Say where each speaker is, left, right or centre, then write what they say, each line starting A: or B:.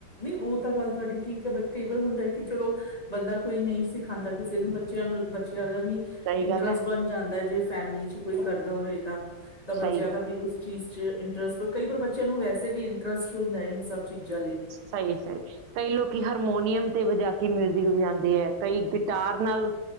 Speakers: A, on the left; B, on the right.
A: ਉਹ ਤਾਂ ਗੱਲ ਤੁਹਾਡੀ ਠੀਕ ਹੈ। ਬਟ ਇਹ ਵਾਰ ਹੁੰਦਾ ਹੈ ਕਿ ਚਲੋ। ਬੰਦਾ ਕੋਈ ਨਹੀਂ ਸੀ ਖਾਂਦਾ ਕਿਸੇ ਨੂੰ ਬੱਚਿਆਂ ਨੂੰ ਬੱਚ ਦਾ ਵੀ
B: ਸਹੀ
A: ਇੰਟਰਸਟ
B: ਗੱਲ ਹੈ
A: ਬਨ ਜਾਂਦਾ ਜੇ ਫੈਮਿਲੀ 'ਚ ਕੋਈ ਕਰਦਾ ਹੋਏਗਾ। ਤਾਂ ਬੱਚਿਆਂ
B: ਸਹੀ ਗੱਲ
A: ਦਾ ਵੀ ਉਸ ਚੀਜ਼ 'ਚ ਇੰਟਰਸਟ, ਕਈ ਵਾਰ ਬੱਚਿਆਂ ਨੂੰ ਵੈਸੇ ਵੀ ਇੰਟਰਸਟ ਹੁੰਦਾ ਇਨ ਸਬ ਚੀਜਾ ਲਈ।
B: ਸਹੀ ਹੈ, ਸਹੀ ਕਈ ਲੋਕੀ ਹਾਰਮੋਨੀਅਮ ਤੇ ਵਜਾ ਕੇ ਮਿਊਜ਼ਿਕ ਵਜਾਉਂਦੇ ਐ, ਕਈ ਗਿਟਾਰ ਨਾਲ